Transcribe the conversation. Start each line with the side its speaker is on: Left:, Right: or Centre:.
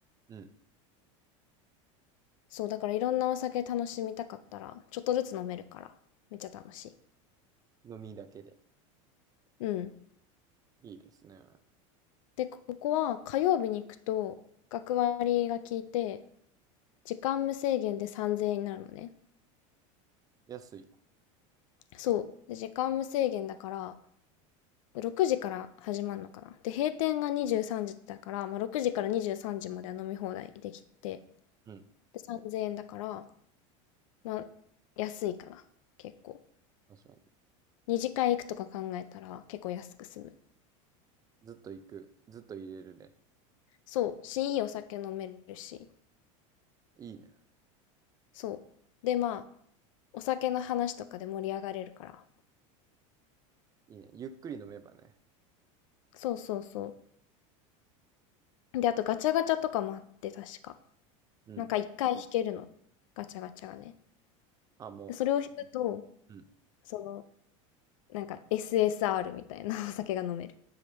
Right: うん
Left: そう、だからいろんなお酒楽しみたかったら、ちょっとずつ飲めるから、めっちゃ楽しい。
Right: 飲みだけで。
Left: うん。
Right: いいですね。
Left: で、ここは火曜日に行くと、学割が効いて、時間無制限で3000円になるのね。
Right: 安いよ。
Left: そう。で、時間無制限だから、6時から始まるのかな。で、閉店が23時だから、まあ、6時から23時までは飲み放題できて、
Right: うん。
Left: で、3000円だから、まあ、安いかな、結構。
Right: 確かに。
Left: 二次会行くとか考えたら結構安く済む。
Right: ずっと行く。ずっと入れるね。
Left: そう、し、いいお酒飲めるし、
Right: いいね。
Left: そう。で、まあ、お酒の話とかで盛り上がれるから。
Right: いいね。ゆっくり飲めばね。
Left: そうそうそう。で、あとガチャガチャとかもあって、確か。
Right: うん。
Left: なんか一回引けるの。ガチャガチャがね。
Right: あ、も
Left: で、それを引くと、
Right: う。うん。
Left: その、なんか SSR みたいなお酒が飲める。